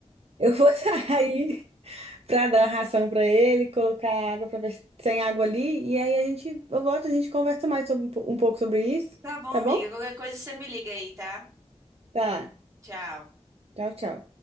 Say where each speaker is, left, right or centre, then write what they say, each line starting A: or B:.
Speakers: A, on the right; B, on the right.
A: Eu vou <laughs> sair pra dar ração pra ele, colocar água pra ver se tem água ali, e aí a gente, eu volto, e a gente conversa mais sobre um po- um pouco sobre isso,
B: Tá bom,
A: tá
B: amiga,
A: bom?
B: qualquer coisa você me liga aí, tá?
A: Tá.
B: Tchau.
A: Tchau, tchau.